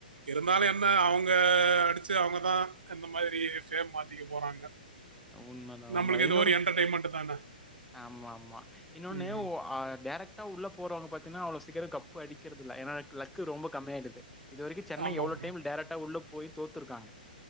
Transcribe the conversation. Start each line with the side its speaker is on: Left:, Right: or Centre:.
Right: இருந்தாலு எ ன்ன அவுங்க அடிச்சு அவுங்கதா அந்த மாரி ஃபேம் மாத்திக்க போறாங்க
Centre: உண்மதா
Right: நம்மளுக்கு
Centre: உண்மதா
Right: இது
Centre: இன்னொன்னு
Right: ஒரு என்டர்டைன்மெண்ட் தானே
Centre: ஆமா ஆமா இன்னொன்னு
Right: ம்
Centre: ஒ அ டேரக்ட் க்டா உள்ள போறவங்க பாத்தீனா அவ்ளோ சீக்கிர கப்பு அடிக்கறது இல்ல ஏன்னா லக்கு ரொம்ப கம்மியாடுது இதுவரைக்கு சென்னை
Right: ஆமாம்
Centre: எவ்வளோ
Right: ப்ரோ
Centre: டைம் டேரக்டா உள்ள போய் தோத்துருக்காங்க